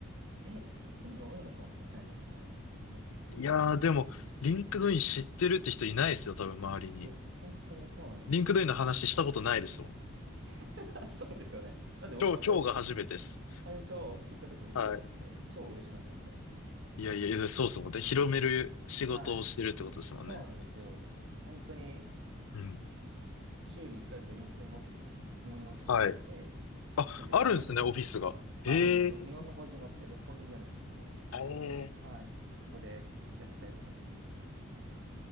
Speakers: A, on the right (about 55°); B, on the left (about 80°).
A: え、じゃあそっちの方が多いのかもしれないですね。もしかすると。
B: いやー、でも、リンクドイン知ってるって人いないですよ、多分周りに。
A: いや、本当にそうなんですよ。
B: リンクドインの話したことないですもん。
A: <laughs> そうですよね。なんで僕も最初、
B: 今日、今日が初めてです。
A: 最初聞いた時びっくりしちゃって、
B: はい。
A: 超嬉しくなっちゃいました。
B: いやいや、いやそうですもんで、広める仕事をしてるってことですもんね。
A: はい。そうなんですよ。本当に
B: うん。
A: 週に1回とかリンクトインオフィス、日本のオフィスに行って、
B: はい。あ、
A: それで会議とかする。
B: あるんですね、オフィスが。へえ。
A: あるんですよ。日本の法人があって六本木にあるんですけど、
B: え
A: はい、そこでやったりとかしてますね。